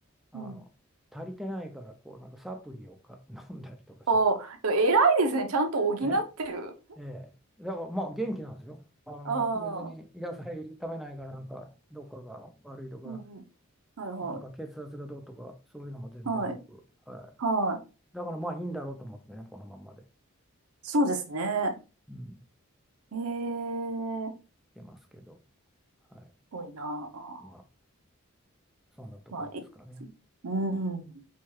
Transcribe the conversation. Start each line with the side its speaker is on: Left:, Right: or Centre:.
Centre: あの、
Right: うん。
Centre: 足りてないから、こう、なんかサプリをか <laughs> 飲んだりとかします。
Right: おー、でも偉いですね。ちゃんと補ってる。
Centre: えええ。だからまあ元気なんですよ。あの、
Right: ああ、
Centre: 別に野菜食べないから、なんか、どっかが悪いとか、
Right: うん。はいは
Centre: なんか血圧がどうとか、そういうのも全然なく、
Right: い。はい。
Centre: は
Right: はい。
Centre: い。だからまあいいんだろうと思ってね、このまんまで。
Right: そうですね。
Centre: うん、
Right: ええす
Centre: 出ますけど、は
Right: ごいなあ。
Centre: い。まあ、そんなところですかね。
Right: まあ、い、うん。